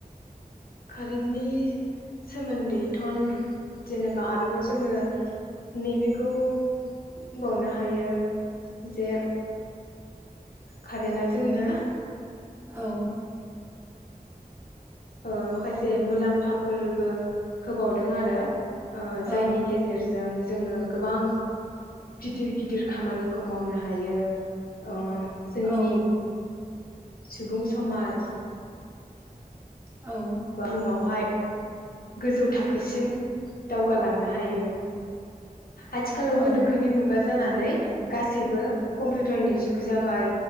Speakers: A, on the left; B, on the right.
A: कारेन्टनि सोमोन्दै थन जेनेबा आरोबाव जोंङो नैबेखौ बुंबावनो हायो जे कारेन्टआ जोंनो
B: औ
A: ओ माखासे मुलाम्फाफोरबो होबावदों आरो ओ
B: औ
A: जायनि गेजेरजों जोंङो गोबां गिदिर गिदिर खामानिखौ मावनो हायो ओ जोंनि
B: औ
A: सुबुं समाज
B: औ
A: बुहुमावहाय गोजौ थाखोसिम दावगालांनो हायो आथिखालाव
B: औ
A: गोनोखोनि मुगा जानानै गासैबो कम्पिउटारनि जुग जाबाय